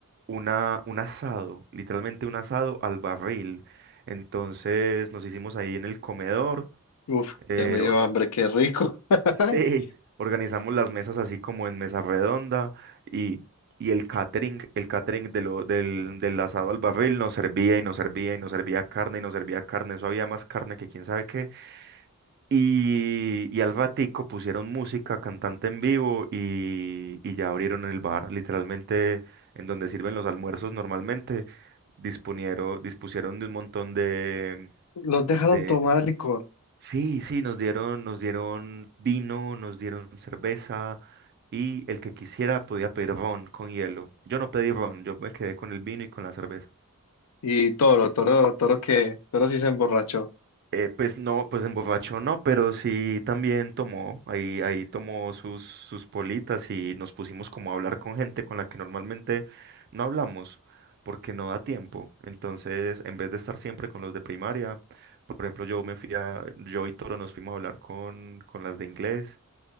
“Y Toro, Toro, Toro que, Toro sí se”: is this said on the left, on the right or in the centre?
Left